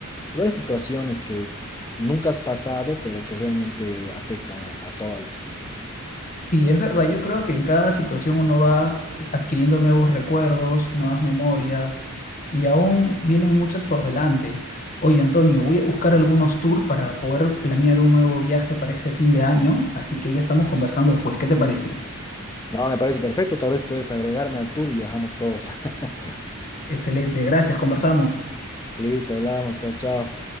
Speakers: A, on the left (about 15°); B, on the left (about 35°).
A: de varias situaciones que nunca has pasado, pero que realmente afectan a, a toda la situación.
B: Y es verdad, yo creo que en cada situación uno va adquiriendo nuevos recuerdos, nuevas memorias y aún vienen muchas por delante. Oye, Antonio, voy a buscar algunos tours para poder planear un nuevo viaje para este fin de año, así que ya estamos conversando después. ¿Qué te parece?
A: No, me parece perfecto, tal vez puedes agregarme al tour y viajamos todos. <laughs>
B: Excelente, gracias, conversamos.
A: Listo, hablamos, chao, chao.